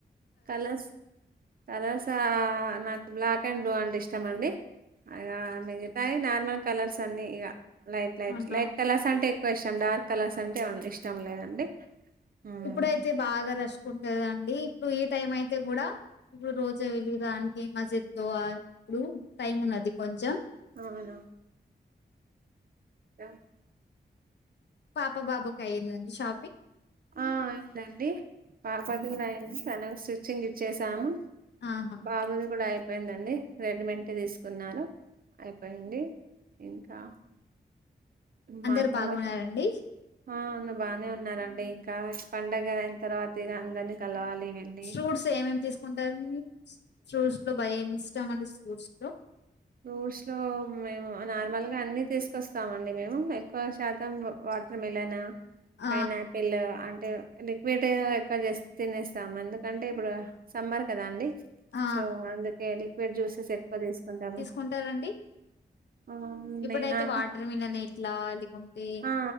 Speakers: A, on the right; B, on the left.
A: కలస్ కలస నాకు బ్లాక్ అండ్ బ్లూ అంటే ఇష్టం అండి ఇ మిగతాయి నార్మల్ కలర్స్ అన్ని ఇక లైట్ లైట్
B: అన్నా
A: లైట్ కలర్స్ అంటే ఎక్కువ ఇష్టం డార్క్ కలర్స్ అంటేడి ఇష్టం లేదండి ఉమ్.
B: ఇప్పుడుయితే బాగా దచ్చకుంటదండి ఇప్పుడు ఈ టైం అయితే కూడా ఇప్పుడు రోజా వెళడానికి మసీదులో ఇప్పుడు టైమ్ ఉన్నది కొంచెం
A: అవును అ
B: పాప బాబుకు అయ్యంద షాపింగ్
A: ఆ అయిందండి పాపది అయింది తనవి స్ట్రిచింగ్ ఇచ్చసాను
B: ఆహా!
A: బాబుది కూడా అయిపోయిందండి రెడీమెంట్ తీసుకున్నాను అయిపోయింది ఇంకా
B: అందరు
A: మా అత్తమ్మకి
B: బాగున్నారండి
A: ఆ అ బాగానే ఉన్నారండి ఇంకా పండుగ అయిన తర్వాత ఇగా అందరినీ కలవాలి వెళ్ళి
B: ఫ్రూట్స్ ఏమేమి తీసుకుంటారండి ఫ్రూట్స్ లో భయ ఏమి ఇష్టం అండి ఫ్రూట్స్ లో
A: ఫ్రూట్స్ లో మేము నార్మల్గా అన్ని తీసుకొస్తామండి మేము ఎక్కువ శాత మొత్తం వాటర్ మలన్
B: ఆ!
A: పైన్ ఆపిల్ అంట అంటే లిక్విడ్ ఎక్కువ చే తినేస్తాము ఎందుకంటే ఇప్పుడు సమ్మర్ కదా అండి
B: ఆ!
A: సో అందుకే లిక్విడ్ జ్యూసెస్ ఎక్కువ తీసుకుంటాము
B: కుంటారండి
A: అవునండి
B: ఇప్పుడైతే
A: నాకు
B: వాటర్ మిలన్ ఎట్లా లేకుంటే
A: ఆ